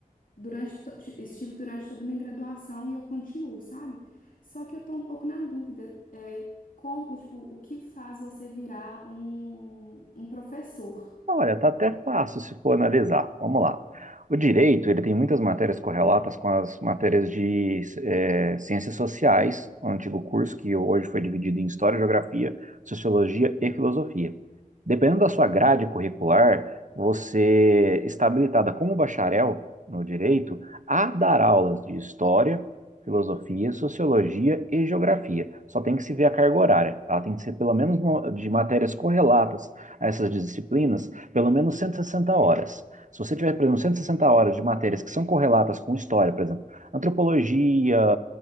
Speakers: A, on the left (about 70°); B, on the right (about 60°).
A: durante, to- estive durante toda a minha graduação e eu continuo, sabe? Só que eu tô um pouco na dúvida, é, como, tipo, o que faz você virar um, um professor?
B: Olha, tá até fácil se for analisar. Vamos lá. O direito, ele tem muitas matérias correlatas com as matérias de eh, ciências sociais, o antigo curso que hoje foi dividido em História, Geografia, Sociologia e Filosofia. Dependendo da sua grade curricular, você está habilitada como bacharel no direito a dar aulas de História, Filosofia, Sociologia e Geografia. Só tem que se ver a carga horária. Ela tem que ser pelo menos no- de matérias correlatas a essas disciplinas pelo menos 160 horas. Se você tiver, por exemplo, 160 horas de matérias que são correlatas com história, por exemplo, antropologia,